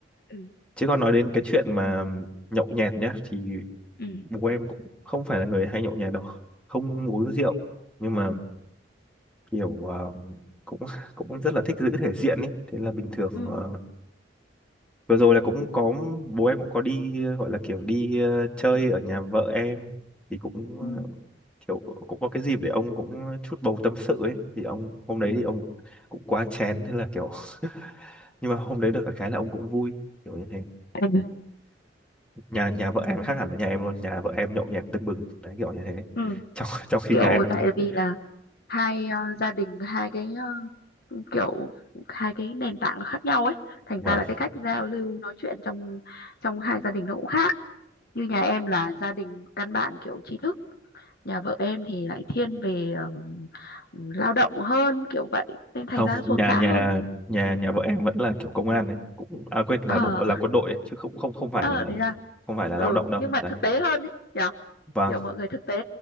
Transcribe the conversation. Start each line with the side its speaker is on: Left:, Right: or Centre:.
Left: ừ
Centre: chứ còn nói đến cái
Left: đấy
Centre: chuyện mà nhậu nhẹt nhá thì
Left: ừ
Centre: bố em cũng không phải là người hay nhậu nhẹt đâu không uống rượu nhưng mà kiểu ờ, cũng cũng rất là thích giữ thể diện ấy thế là bình thường
Left: ừ
Centre: ờ, vừa rồi là cũng có bố em cũng có đi ờ, gọi là kiểu đi ờ, chơi ở nhà vợ em thì cũng ờ,
Left: ừ
Centre: kiểu cũng có cái dịp để ông cũng chút bầu tâm sự ấy thì ông hôm đấy
Left: ừ
Centre: thì ông cũng quá chén thế là kiểu <laughs> nhưng mà hôm đấy được cái cái là ông cũng vui kiểu như thế
Left: Ừ.
Centre: nhà nhà vợ em khác hẳn với nhà em luôn nhà vợ em nhậu nhẹt tưng bừng đấy kiểu như thế
Left: ừ
Centre: trong trong khi
Left: kiểu
Centre: nhà em
Left: tại
Centre: đấy
Left: vì là hai ờ, gia đình hai cái ờ, kiểu hai cái nền tảng nó khác nhau ấy thành
Centre: vâng
Left: ra là cái cách giao lưu nói chuyện trong trong hai gia đình nó cũng khác như nhà em là gia đình căn bản kiểu trí thức nhà vợ em thì lại thiên về ừm, lao động hơn kiểu vậy nên thành
Centre: không
Left: ra nó xuồng
Centre: nhà
Left: xã
Centre: nhà
Left: hơn
Centre: nhà nhà vợ em vẫn là kiểu công an này cũng à quên là
Left: ờ
Centre: bộ là quân đội ấy, chứ cũng không không phải
Left: <laughs> ờ
Centre: là
Left: đấy à
Centre: không phải là
Left: ừ
Centre: lao động đâu
Left: nhưng mà
Centre: đấy
Left: thực tế hơn ấy nhở
Centre: và
Left: kiểu mọi người thực tế